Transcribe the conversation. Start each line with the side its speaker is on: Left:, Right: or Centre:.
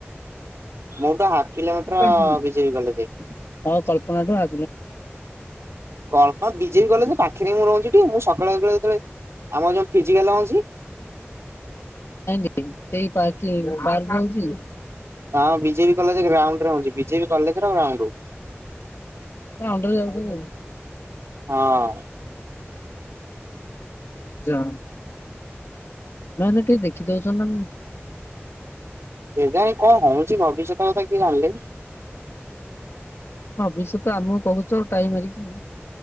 Right: ମୁଁ ତ ହାଫ କିଲୋମିଟର
Left: ହୁଁ।
Right: ବିଜେପି କଲେଜ ଯାଇଛି।
Left: ହଁ କଳ୍ପନାଠୁ ଆ
Right: କଳ୍ପ ବିଜେପି କଲେଜ ପାଖରେ ମୁଁ ରହୁଛି ଟି ମୁଁ ସକାଳେବେଳେ ଯେତେବେଳେ ଆମର ଯଉ ଫିଜିକାଲ ରହୁଛି।
Left: ଛି। ସେଇ ପାର୍କ ପାର୍କ ଯାଉଛି।
Right: ହଁ ବିଜେପି କଲେଜ ଗ୍ରାଉଣ୍ଡରେ ରୋହୁଛି। ବିଜେପି କଲେଜର ରାଉଣ୍ଡ।
Left: ଅଣ୍ଡରରେ ଯାଉଛନ୍ତି ଆଉ।
Right: ହଁ।
Left: ଯା। ନାଇ ତ କେହି ଦେଖି ଦଉଛ ନା ନାହିଁ।
Right: କେ ଜାଣି କଣ ହଉଛି ଭବିଷ୍ୟତ କଥା କି ଜାଣିଲେଣି?
Left: ଭବିଷ୍ୟତ ଆମକୁ କହୁଛ ଆଉ ଟାଇମରିକି।